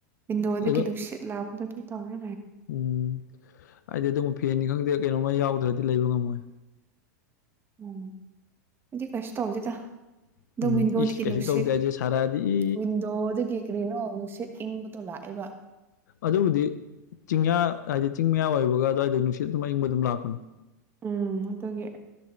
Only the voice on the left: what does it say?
ꯑꯗꯣ
ꯎꯝ ꯍꯥꯏꯗꯤ ꯑꯗꯨꯝ ꯐꯦꯟꯅꯤ ꯈꯪꯗꯦ ꯀꯩꯅꯣꯝꯃ ꯌꯥꯎꯗ꯭ꯔꯗꯤ ꯂꯩꯕ ꯉꯝꯃꯣꯏ
<unintelligible>
ꯏꯁ ꯀꯩꯁꯨ
ꯇꯧꯗꯦ ꯍꯥꯏꯁꯦ ꯁꯥꯔꯛꯑꯗꯤ ꯏ
ꯑꯗꯨꯕꯨꯗꯤ ꯆꯤꯡꯌꯥ ꯍꯥꯏꯗꯤ ꯆꯤꯡ ꯃꯌꯥ ꯑꯣꯏꯕꯒ ꯑꯗꯨꯋꯥꯏꯗ ꯅꯨꯡꯁꯤꯠ ꯑꯗꯨꯝ ꯑꯏꯪꯕ ꯑꯗꯨꯝ ꯂꯥꯛꯄꯅꯦ